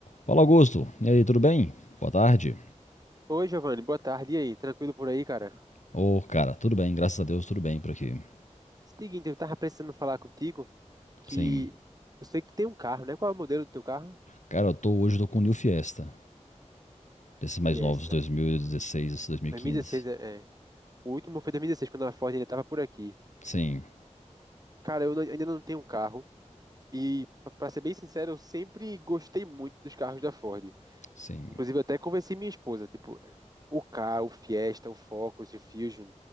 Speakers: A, on the left; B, on the right.
A: Fala Augusto, e aí, tudo bem? Boa tarde.
B: Oi, Giovanni, boa tarde. E aí, tranquilo por aí, cara?
A: Ô, cara, tudo bem, graças a Deus, tudo bem por aqui.
B: Seguinte, eu tava precisando falar contigo que
A: Sim,
B: eu sei que tu tem um carro, né? Qual é o modelo do teu carro?
A: cara, eu tô, hoje eu tô com o New Fiesta, desses mais
B: Fiesta.
A: novos, 2016, esse 2015.
B: 2016 é, é. O último foi 2016, quando a Ford ainda tava por aqui.
A: Sim,
B: Cara, eu não- ainda não tenho um carro. E, pra pra ser bem sincero, eu sempre gostei muito dos carros da Ford.
A: sim.
B: Inclusive, eu até convenci minha esposa, tipo, o Ka, o Fiesta, o Focus e o Fusion.